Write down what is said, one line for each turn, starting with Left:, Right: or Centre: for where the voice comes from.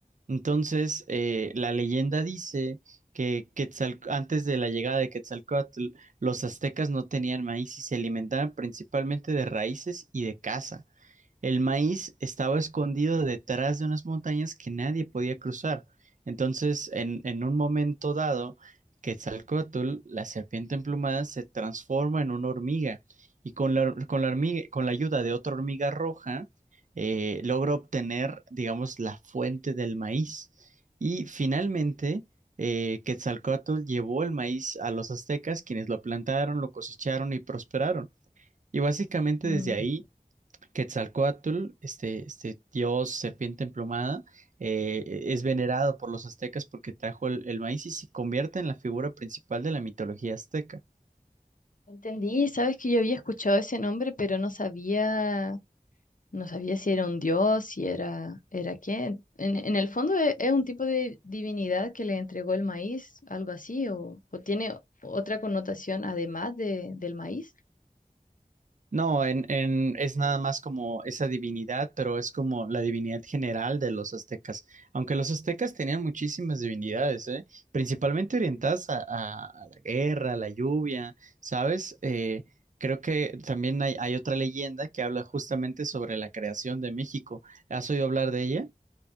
Right: Entonces, eh, la leyenda dice que Quetzal- antes de la llegada de Quetzalcóatl, los aztecas no tenían maíz y se alimentaban principalmente de raíces y de caza. El maíz estaba escondido detrás de unas montañas que nadie podía cruzar. Entonces, en, en un momento dado, Quetzalcóatl, la serpiente emplumada, se transforma en una hormiga y con la, con la hormiga, con la ayuda de otra hormiga roja, eh, logra obtener, digamos, la fuente del maíz. Y finalmente, eh, Quetzalcóatl llevó el maíz a los aztecas, quienes lo plantaron, lo cosecharon y prosperaron. Y básicamente
Left: Mm.
Right: desde ahí Quetzalcóatl, este, este dios serpiente emplumada, eh, e, es venerado por los aztecas porque trajo el, el maíz y se convierte en la figura principal de la mitología azteca.
Left: Entendí, sabes que yo había escuchado ese nombre, pero no sabía, no sabía si era un dios, si era, era quién. En, en el fondo e- es, un tipo de divinidad que le entregó el maíz, algo así, o, o tiene otra connotación además de, del maíz.
Right: No, en, en, es nada más como esa divinidad, pero es como la divinidad general de los aztecas. Aunque los aztecas tenían muchísimas divinidades, ¿eh? Principalmente orientadas a, a- a la guerra, a la lluvia, ¿sabes? Eh, creo que también hay, hay otra leyenda que habla justamente sobre la creación de México. ¿Has oído hablar de ella?